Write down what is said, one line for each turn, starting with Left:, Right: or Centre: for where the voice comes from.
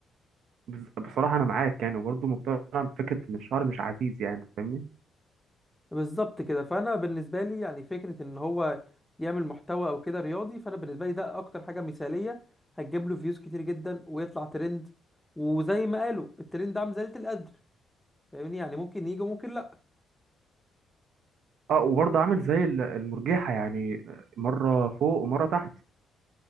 Right: بز- بصراحة أنا معاك يعني وبرضه مقتنع بفكرة إن الشعر مش عزيز يعني أنت فاهمني؟
Centre: بالظبط كده فانا بالنسبه لي يعني فكره ان هو يعمل محتوى او كده رياضي فانا بالنسبه لي ده اكتر حاجه مثاليه هتجيب له فيوز كتير جدا ويطلع ترند وزي ما قالوا الترند ده عامل زلة القدر فاهمني يعني ممكن يجي وممكن لا
Right: أه وبرضه عامل زي ال- المرجيحة يعني آه، مرة فوق ومرة تحت